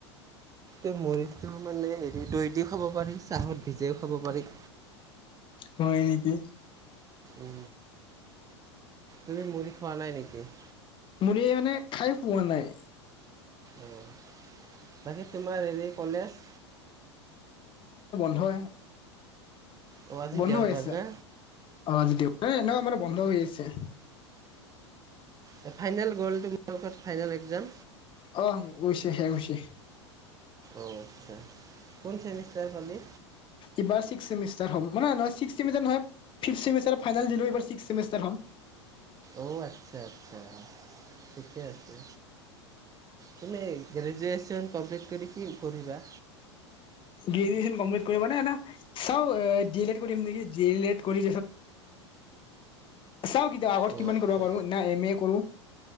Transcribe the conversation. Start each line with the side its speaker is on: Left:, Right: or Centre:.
Right: এই মুৰিটো মানে এই দৈ দিও খাব পাৰি চাহত ভিজাইও খাব পাৰি।
Left: হয় নেকি?
Right: উ তুমি মুৰি খোৱা নাই নেকি? <inaudible>
Left: মুৰি মানে খাই পোৱা নাই।
Right: অ' বাকী তোম মাৰ ৰি কলেজ
Left: ধয়
Right: অঁ আজি
Left: বন্ধ
Right: দেওবাৰ
Left: হৈ আছে।
Right: না
Left: ‌ অ' আজি দেও ন এনেও আমাৰ বন্ধ হৈ আছে।
Right: অ' ফাইনেল গ'ল তোমা লগত ফাইনেল এক্জাম?
Left: আহ হৈছে শেষ হৈছে।
Right: অ' আচ্ছা কোন চছেমিষ্টাৰ পালি?
Left: এবাৰ ছিস্ক ছেমিষ্টাৰ হম মানে নহয় ছিস্ক ছেমিষ্টাৰ নহয় ‌ফিপ ছেমিষ্টাৰ ফাইনেল দিলোঁ এবাৰ ছিস্ক ছেমিষ্টাৰ হয়।
Right: অ' আচ্ছা আচছা ঠিকে আছে তুমি গ্ৰেজুৱেচন <unintelligible> কমপ্লিত কৰি‌ কি কৰিবা?
Left: গ্ৰ্জোৱেছন কমপ্লিট কৰিবা নে‌‍‍ নে চাও ডি এল লেড কৰিম নেকি ডি এল এড কৰি চাও কেতিয়া আগত
Right: অ
Left: কিমান
Right: আচ্ছা
Left: কৰিব পাৰো না এম এ কৰো